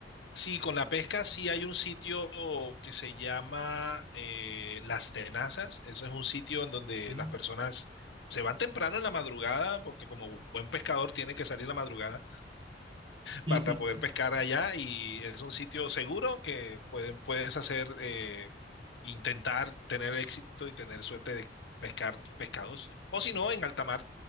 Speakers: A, on the left; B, on the right.
A: Sí, con la pesca sí hay un sitio que se llama eh, Las Tenazas. Eso es un sitio en donde
B: Sí,
A: las personas se van temprano en la madrugada porque como buen pescador tiene que salir la madrugada
B: sí,
A: para
B: sí.
A: poder pescar allá y es un sitio seguro que pueden, puedes hacer, eh, intentar tener éxito y tener suerte de pescar pescados. O si no, en alta mar,